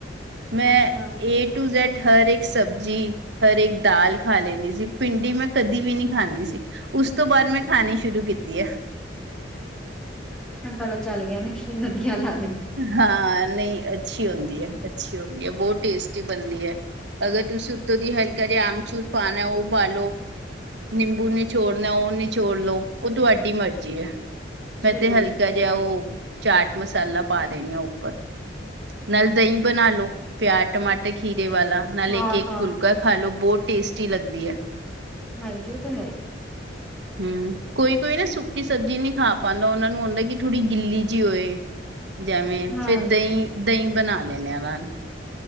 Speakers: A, on the right; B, in the centre.
A: ਮੈਂ
B: ਅੱਛਾ
A: ਏ ਟੂ ਜੇਡ ਹਰ ਇੱਕ ਸਬਜ਼ੀ ਹਰ ਇੱਕ ਦਾਲ ਖਾ ਲੈਣੀ ਸੀ ਪਿੰਡੀ ਮੈਂ ਕਦੀ ਵੀ ਨੀ ਖਾਂਦੀ ਸੀਂ ਉਸ ਤੋਂ ਬਾਅਦ ਮੈਂ ਖਾਣੀ ਸ਼ੁਰੂ ਕੀਤੀ ਆ।
B: ਹਣ ਪਤਾ ਚੱਲ ਗਿਆ ਨਾ ਕੀ ਵਧੀਆ ਲੱਗ
A: ਹਾਂ ਨਹੀਂ ਅੱਛੀ ਹੁੰਦੀ ਹੈ ਅੱਛੀ ਹੁੰਦੀ ਹੈ ਬਹੁਤ ਟੇਸਟੀ ਬਣਦੀ ਹੈ। ਅਗਰ ਤੁਸੀਂ ਉੱਤੋਂ ਦੀ ਹਲਕਾ ਜਿਹਾ ਆਮਚੂਰ ਪਾਨਾ ਉਹ ਪਾਲੋ। ਨਿੰਬੂ ਚੋੜਨਾ ਉਹ ਨੀ ਚੋੜ ਲਉ ਉਹ ਤੁਹਾਡੀ ਮਰਜ਼ੀ ਐ। ਮੈਂ
B: ਠੀਕ
A: ਤੇ ਹਲਕਾ ਜਿਹਾ ਉਹ ਚਾਟ ਮਸਾਲਾ ਪਾ ਦੇਣੇ ਆ ਉੱਪਰ ਨਾਲ ਦਹੀਂ ਬਣਾ ਲੋ ਪਿਆਜ ਟਮਾਟਰ ਖੀਰ ਦੇ ਵਾਲਾ ਨਾਲ ਲੈ
B: ਹਾਂ
A: ਕੇ
B: ਹਾਂ
A: ਫੁਲਕਾ ਖਾ ਲੋ ਬਹੁਤ ਟੇਸਟੀ ਲੱਗਦੀ ਹੈ।
B: ਹਾਂਜੀ ਉਹ ਤਾਂ ਹੈ ਹੀ
A: ਹੂੰ ਕੋਈ ਕੋਈ ਨਾ ਸੁੱਕੀ ਸਬਜ਼ੀ ਨਹੀਂ ਖਾ ਪਾਦਾ ਉਹਨਾ ਨੂੰ ਆਉਦਾ ਕਿ ਥੋੜ੍ਹੀ ਗਿੱਲੀ ਜਿਹੀ ਹੋਏ। ਜਿਵੇਂ
B: ਹਾਂ
A: ਫਿਰ ਦਹੀਂ-ਦਹੀਂ ਬਣਾ ਲੈਂਨੇ ਆ ਨਾਲ